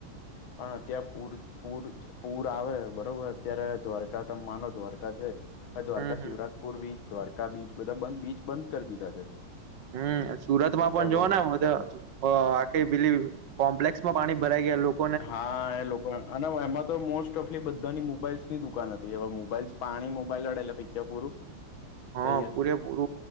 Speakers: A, on the left; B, on the right.
A: પણ અત્યાં પૂર પૂર પૂર આવે બરોબર અત્યારે દ્વારકા તમે માનો દ્વારકા છે આ દ્વારકા
B: હમ હમ
A: શિવરાજપુર બીચ દ્વારકા બીચ બધા બ બીચ બંધ કરી દીધા છે
B: હમ સુરત માં
A: અત્યારે
B: પણ જોવા ને આ પેલી કોમ્પ્લેક્સ માં પાણી ભરાઈ ગયા લોકો
A: હા એ લોકો અને હ એમાં તો મોસ્ટ ઓફલી બધાની મોબાઈલ્સની દુકાન હતી હવે મોબાઈલ્સ પાણી મોબાઈલ લડેલા પિક્ચર પૂરું
B: હા
A: તઈ જ
B: પૂરે પૂર